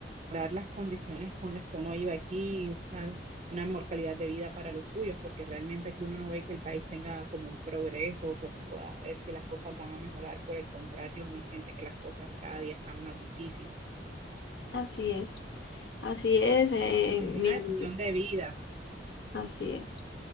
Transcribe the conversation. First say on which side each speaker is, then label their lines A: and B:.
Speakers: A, on the right; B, on the left.
A: mejorar las condiciones con las que uno iba aquí y buscar una mejor calidad de vida para los suyos, porque realmente aquí uno no ve que el país tenga como un progreso o que pueda ver que las cosas van a mejorar, por el contrario, uno siente que las cosas cada día están más difíciles.
B: así es, así es, eh,
A: Es una
B: mi amiga.
A: decisión de vida.
B: Así es.